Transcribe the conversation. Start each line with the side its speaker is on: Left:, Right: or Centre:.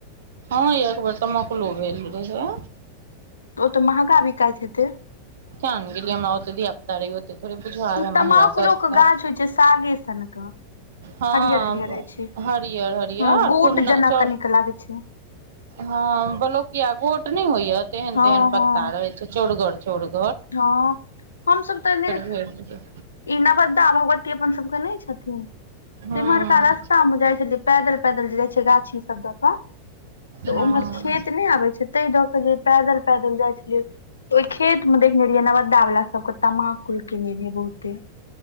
Right: हँ यै एकबेर तमाकुलो भेल रहै
Left: तऽ उ तऽ महगा बिकाइत हेतै
Right: केएन गेलियै हम धिया पुता रहियै थोड़े बुझ आबै
Left: तमाकुलो
Right: महांगा सस्ता
Left: के गाछ होइ छै सागे सनके
Right: हँ
Left: हरियर हरियर होइ छै
Right: हरिअर हरिअर
Left: हँ गोट
Right: खूब नचौ
Left: जेना कनिक लागै छै
Right: ह बलौकिया गोट नहि होइया तेहन
Left: हँ
Right: तेहन पत्ता
Left: हँ
Right: रहे छै चौरगर चौरगर
Left: हँ हमसब तऽ एनेरे
Right: भेट गेल।
Left: इनवाद्दा भगवती अपन सबके नहि छथिन तऽ
Right: हँ
Left: इमहरका
Right: हँ
Left: रस्ता मे जायछथि पैदल पैदल जे जाय छै गाछी सब दऽ कऽ तऽ
Right: हँ
Left: उम्हर खेत नहि आबै छै ताहि दऽ के जे पैदल पैदल जाय छलियै तऽ ओहि खेत केने रहियै नवद्दा वाला सब के तमाकुल किनै रहै बहुते